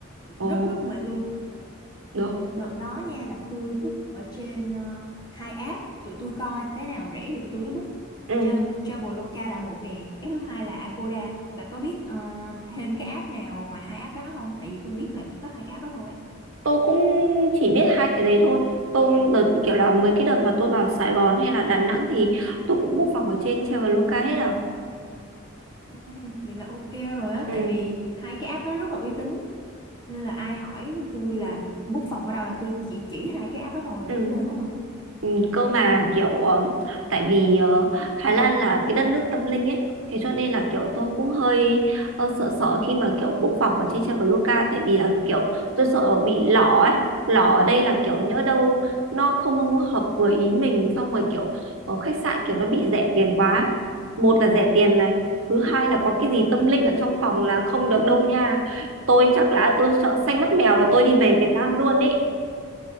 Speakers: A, on the right; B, on the left.
A: ồ
B: rất rất mệt luôn
A: được
B: đợt đó nha là tôi book ở trên ờ, hai app tụi tôi coi cái nào rẻ thì tụi tôi mới book
A: ừ
B: Travel, Traveloka là một nè cái thứ hai là Agoda bà có biết ờ, thêm cái app nào ngoài hai app đó không tại vì tôi biết là chỉ có hai cái app đó thôi á
A: tôi cũng chỉ biết hai cái đấy thôi tôi đợt kiểu là mấy cái đợt mà tôi vào Sài Gòn hay là Đà Nẵng thì tôi cũng book phòng ở trên Traveloka hết à
B: ừ, vậy là ok rồi á
A: ừ
B: tại vì hai cái app đó rất là uy tín nên là ai hỏi tôi là book phòng ở đâu là tôi chỉ chỉ hai cái app đó thôi là
A: ừ
B: cứ lên đó mà book
A: Ừ, cơ mà kiểu ờ, tại vì ờ, Thái Lan là cái đất nước tâm linh ấy thế cho nên là kiểu tôi cũng hơi ờ, sợ sợ khi mà kiểu book phòng ở trên Traveloka tại vì là kiểu tôi sợ bị lỏ ấy lỏ ở đây là kiểu nhỡ đâu nó không hợp với ý mình xong rồi kiểu ở khách sạn kiểu nó bị rẻ tiền quá một là rẻ tiền này thứ hai là có cái gì tâm linh ở trong phòng là không được đâu nha tôi chắc là tôi sợ xanh mắt mèo là tôi đi về Việt Nam luôn ấy